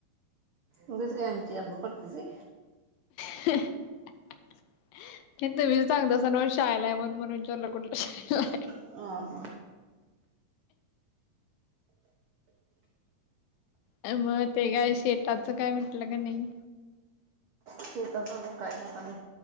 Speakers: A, on the right; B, on the left.
A: उगाच काय आमची आबरू काढतीस होय
B: ह.... किती वेळेस सांगता सर शाळेला या म्हण म्हणून विचारलं कुठल्या शाळेला आहे.
A: हा.
B: यामुळे ते काय मग शेताचं काय मिटलं का नाही.
A: शेताचा अजून काहीनाय मी